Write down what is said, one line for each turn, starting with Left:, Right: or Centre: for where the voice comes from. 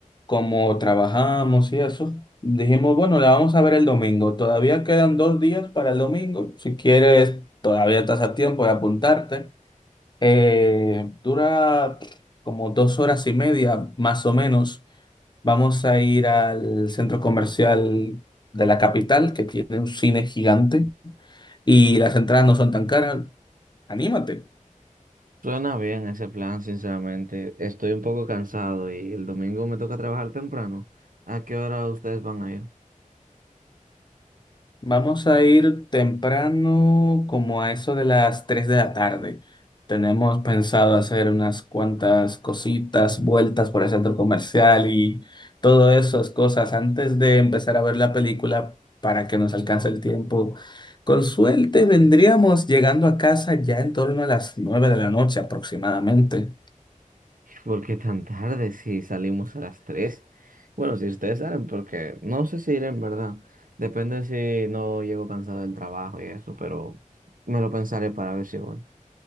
Left: como trabajamos y eso, dijimos, bueno, la vamos a ver el domingo. Todavía quedan dos días para el domingo. Si quieres, todavía estás a tiempo de apuntarte. Eh, dura como dos horas y media, más o menos. Vamos a ir al centro comercial de la capital, que tiene un cine gigante, y las entradas no son tan caras. Anímate.
Right: Suena bien ese plan, sinceramente. Estoy un poco cansado y el domingo me toca trabajar temprano. ¿A qué hora ustedes van a ir?
Left: Vamos a ir temprano, como a eso de las 3 de la tarde. Tenemos pensado hacer unas cuantas cositas, vueltas por el centro comercial y todas esas cosas antes de empezar a ver la película para que nos alcance el tiempo. Con suerte vendríamos llegando a casa ya en torno a las 9 de la noche aproximadamente.
Right: ¿Por qué tan tarde si salimos a las tres. Bueno, si ustedes salen, porque no sé si iré en verdad. Depende si no llego cansado del trabajo y eso, pero me lo pensaré para ver si voy.